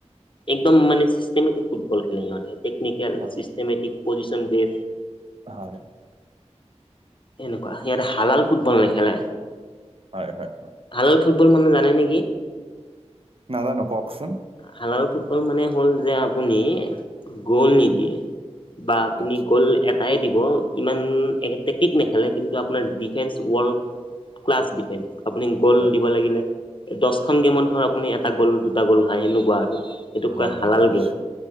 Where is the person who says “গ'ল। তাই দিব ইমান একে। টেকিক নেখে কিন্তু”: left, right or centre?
Left